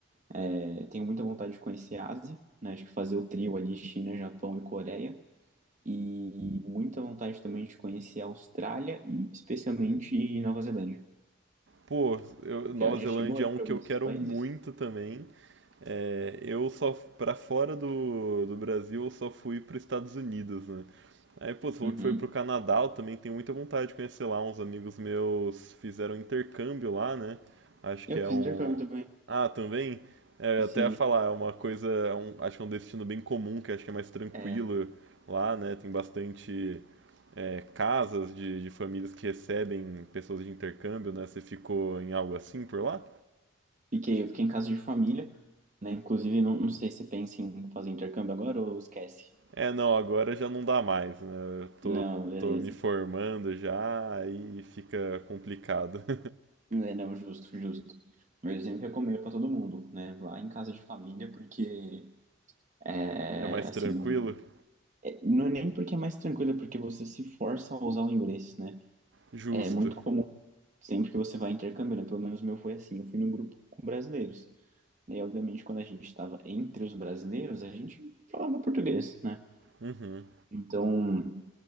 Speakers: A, on the right (about 35°); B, on the right (about 60°).
A: É, tenho muita vontade de conhecer a Ásia, né? Acho que fazer o trio ali, China, Japão e Coreia. E muita vontade também de conhecer a Austrália e especialmente Nova Zelândia.
B: Pô, eu- Nova
A: Já, já
B: Zelândia
A: chegou aí
B: é um
A: para
B: que
A: algum
B: eu
A: desses
B: quero
A: países?
B: muito também. É, eu só, pra fora do, do Brasil, eu só fui para os Estados Unidos, né? Aí, pô, você falou
A: Uhum.
B: que foi pro Canadá, eu também tenho muita vontade de conhecer lá. Uns amigos meus fizeram um intercâmbio lá, né? Acho
A: Eu
B: que é
A: fiz
B: um.
A: intercâmbio também.
B: Ah, também? É,
A: Assim,
B: eu até ia falar, é uma coisa. é um- acho que é um destino bem comum, que acho que é mais tranquilo
A: é,
B: lá, né? Tem bastante é, casas de, de famílias que recebem pessoas de intercâmbio, né? Você ficou em algo assim por lá?
A: fiquei, eu fiquei em casa de família, né? Inclusive, não, não sei se você pensa em fazer intercâmbio agora ou esquece.
B: É, não, agora já não dá mais, né? Eu tô,
A: Não, beleza.
B: tô me formando já, aí fica complicado. <laughs>
A: É, não, justo, justo. Mas eu sempre recomendo para todo mundo, né? Vá em casa de família, porque, é,
B: É mais
A: assim,
B: tranquilo?
A: É, Não é nem porque é mais tranquilo, é porque você se força a usar o inglês, né?
B: Justo.
A: É muito comum sempre que você vai a intercâmbio, né? Pelo menos o meu foi assim, eu fui num grupo com brasileiros. né? E obviamente quando a gente estava entre os brasileiros, a gente falava português, né?
B: Uhum.
A: Então,